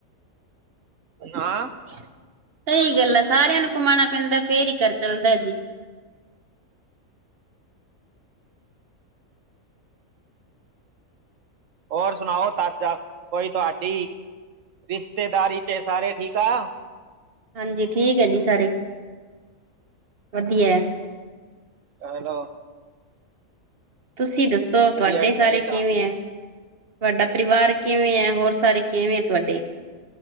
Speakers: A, on the right; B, on the right.
A: ਨਾਂ।
B: ਸਹੀ ਗੱਲ ਆ, ਸਾਰਿਆਂ ਨੂੰ ਕਮਾਨਾ ਪੈਂਦਾ, ਫੇਰ ਈ ਘਰ ਚਲਦਾ ਜੀ।
A: ਹੋਰ ਸਨਾਓ ਤਾਜਾ, ਕੋਈ ਤੁਹਾਡੀ, ਰਿਸ਼ਤੇਦਾਰੀ 'ਚ ਸਾਰੇ ਠੀਕ ਆ।
B: ਹਾਂਜੀ, ਠੀਕ ਆ ਜੀ ਸਾਰੇ, ਵਦੀਐ।
A: ਹੈਲੋ!
B: ਤੁਸੀਂ ਦੱਸੋ, ਤੁਹਾਡੇ
A: ਵਧੀਆ ਹੀ ਚਾਹੀਦਾ
B: ਸਾਰੇ ਕਿਵੇਂ ਐ? ਤੁਹਾਡਾ ਪਰਿਵਾਰ ਕਿਵੇਂ ਐ? ਹੋਰ ਸਾਰੇ ਕਿਵੇਂ ਐ ਤੁਹਾਡੇ?